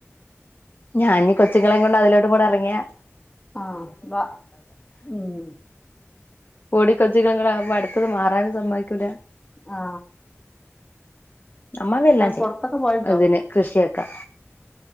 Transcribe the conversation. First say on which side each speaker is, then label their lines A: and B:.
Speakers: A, on the left; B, on the left.
A: ഞാന കൊച്ചുങ്ങളെയ കൊണ്ട് അതിലോടെ കൂടെ ഇറങ്ങിയാ
B: ആ വ ഉം
A: കോടിക്ക കൊച്ചികളുംൂുമ്പ അടുത്തത് മാറാനും സമ്മയികൂല
B: ആ
A: നമ്മൾ അതെല്ലാം ചെയ്യും
B: പൊറത്തൊക്കെ പോവലുണ്ടോ
A: അത് തന്നെ കൃഷിയൊക്കെ